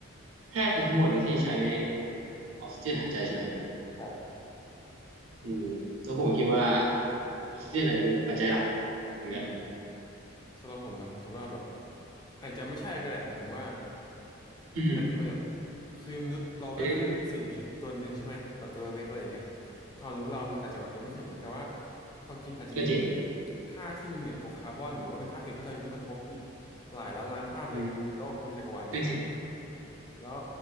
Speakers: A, on the right; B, on the left.
A: แทบจะทั้งหมดเลยที่ใช้ออกซิเจนหายใจใช่ไหมครับ
B: ครับ
A: อืมแล้วผมก็คิดว่า
B: อืม
A: ออกซิเจนอาจจะเป็นปัจจัยหลักเหมือนกัน
B: อืมอืมสำหรับผมนะผมคิดว่าแบบอาจจะไม่ใช่ก็ได้หมายถึงว่า
A: อืม
B: อาจจะเป็นแบบคือมนุษย์เราก็แค่เป็นสิ่งมีชีวิตตัวหนึ่งใช่ไหมแบบตัวเล็กอะไรอย่างเงี้ย
A: ในเรื่องอื่น
B: ความรู้เรามันอาจจะแบบยังไม่ถึงแต่ว่าความจริงอาจจะมี
A: ก็จริง
B: ธาตุที่มันเหนือกว่าคาร์บอนหรือว่าเป็นธาตุอื่นที่เรายังไม่ค้นพบอีกหลายล้านล้านธาตุเลยในโลกในจักรวาลนี้เนาะ
A: อืมก็จริง
B: แล้ว